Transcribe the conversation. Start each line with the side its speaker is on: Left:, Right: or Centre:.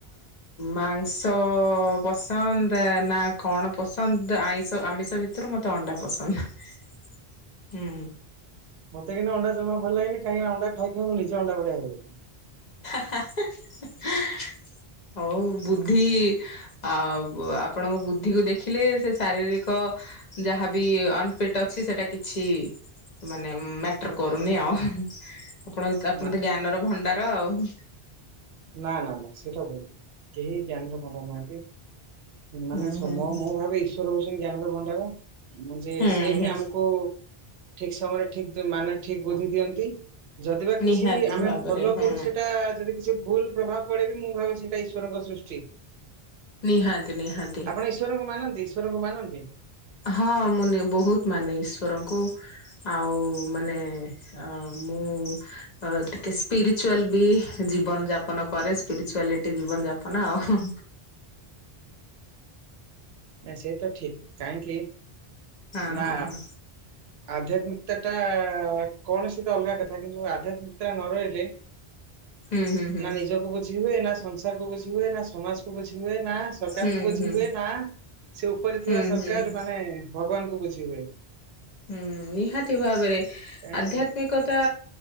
Left: ମାଂସ ପସନ୍ଦ ନା କଣ ପସନ୍ଦ ଆଇ ତ ଆମିଷ ଭିତରୁ ମତେ ଅଣ୍ଡା ପସନ୍ଦ ହୁଁ।
Right: ମତେ କିନ୍ତୁ ଅଣ୍ଡା ଜମା ଭଲ ଲାଗେନି କାହିଁକିନା ଅଣ୍ଡା ଖାଇ ଖାଇନ୍ତୁ ନିଜ ଅଣ୍ଡା ଭଳିଆ ହେବନି।
Left: ହଉ ବୁଦ୍ଧି ଆ ଆପଣଙ୍କ ବୁଦ୍ଧିକୁ ଦେଖିଲେ ସେ ଶାରୀରିକ ଯାହାବ ଅନଫିଟ ଅଛି ସେଟା କିଛି ମାନେ ମ୍ୟାଟର କରୁନି ଆଉ। ଆପଣ ଆପଣ
Right: ନା
Left: ତ ଜ୍ଞାନର ଭଣ୍ଡାର ରା ଆଉ <inaudible>
Right: ନା ନା ନା ସେଇଟା ଭୁଲ କେହି ଜ୍ଞାନ କାମଉନାହାନ୍ତି
Left: ହୁଁ
Right: ମାନେ ସମୟ
Left: ହୁଁ ହୁଁ
Right: ମୁଁ ଭାବେ ଈଶ୍ୱର ହେଉଛ। <unintelligible> ମୁଁ ଯେ
Left: ହୁଁ
Right: ସେ ହିଁ
Left: ହୁଁ
Right: ଆମକୁ ଠିକ ସମୟରେ ଠିକ ମାନେ ଠିକ ବୁଦ୍ଧି ଦିଅନ୍ତି। ଯଦି ବା କିଛି
Left: ନିହାତି
Right: ଆମେ
Left: ଭାବରେ
Right: ଭଲ
Left: ହୁଁ
Right: କରୁ ସେଇଟା ଯଦି କିଛି ଭୁଲ ପ୍ରଭାବ ପଡେ ବିି ମୁଁ ଭାବେ ସେଇଟା ଈଶ୍ୱରଙ୍କ ସୃଷ୍ଟି।
Left: ନିହାତି ନିହାତି
Right: ଆପଣ ଈଶ୍ୱରଙ୍କୁ ମାନନ୍ତି ଈଶ୍ୱରଙ୍କୁ ମାନ। <unintelligible>
Left: ହଁ ମୁଁ ବହୁତ ମାନେ ଈଶ୍ଵରଙ୍କୁ। ଆଉ ମାନେ ଆ ମୁଁ ଟିକେ ସ୍ପିରୁଚୁଆଲ ବି ଜୀବନ ଯାପନ କରେ। ସ୍ପିରୁଚୁଆଲିଟି ଜୀବନ ଯାପନ ଆଉ ହଁ।
Right: ନାଁ ସେ ତ ଠିକ। କାହିଁକି?
Left: ହଁ
Right: ନା
Left: ହଁ ହଁ।
Right: ଆଧ୍ୟାତ୍ମିକତା ଟା କୌଣସି ତ ଅଲଗା କଥା। କିନ୍ତୁ ଆଧ୍ୟାତ୍ମିକତା ନ ରହିଲେ
Left: ହୁଁ ହୁଁ ହୁଁ
Right: ନା ନିଜକୁ ବୁଝି ହୁଏ ନା ସଂସା ବୁଝି ହୁଏ ନା ସମାଜକୁ। ବୁଝି ହୁଏ ନା ସରକାରଙ୍କୁ
Left: ହୁଁ
Right: ବୁଝି
Left: ହୁଁ
Right: ହୁଏ ନା ସେ ଉପରେ
Left: ହୁଁ
Right: ଥିବା ସରକାର
Left: ହୁଁ
Right: ମାନେ ଭଗବାନଙ୍କୁୁ ବୁଝିହୁଏ।
Left: ହୁଁ ନିହାତି ଭାବରେ
Right: ତେଣୁ
Left: ଆଧ୍ୟାତ୍ମିକତା